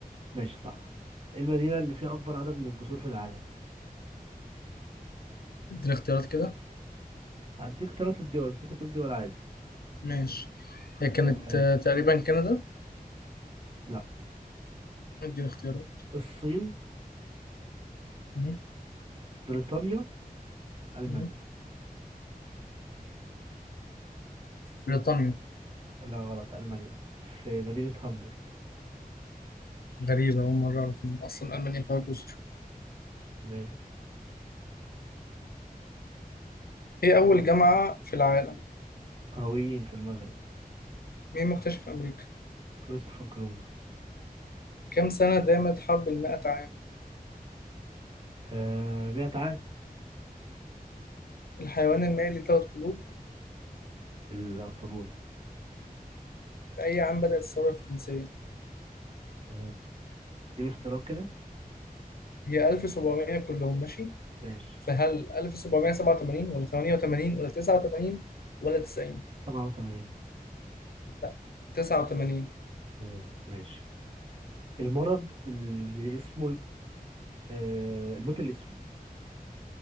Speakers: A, on the right; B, on the left.
A: ماشي صح ايه المدينة اللي فيها أكبر عدد من الجسور في العالم
B: اديني اختيارات كده
A: هديك اختيارات للدول أنت ممكن تقول دول عادي
B: ماشي هي كانت
A: آه
B: آه، تقريبا كندا
A: لا
B: اديني اختيارات
A: الصين
B: مم.
A: بريطانيا ألمانيا
B: مم.
A: مم.
B: بريطانيا
A: لا غلط ألمانيا في مدينة هامبورغ
B: غريبة أول مرة أعرف إن أصلا ألمانيا فيها جزر
A: م-
B: إيه أول جامعة في العالم؟
A: قرويين في المغرب
B: مين مكتشف أمريكا؟
A: كريستوفر كولومبوس
B: كم سنة دامت حرب المائة عام؟
A: آه مئة عام
B: الحيوان المائي ليه ثلاث قلوب
A: الأخطبوط
B: في أي عام بدأت الثورة الفرنسية؟
A: مم. اديني اختيارات كده
B: هي 1700 كلهم ماشي
A: ماشي
B: فهل 1787 ولا 88 ولا 89 ولا 90؟
A: سبعة وثمانين
B: لا 89
A: مم. ماشي المرض اللي اسمه ال- آه الموت الأسود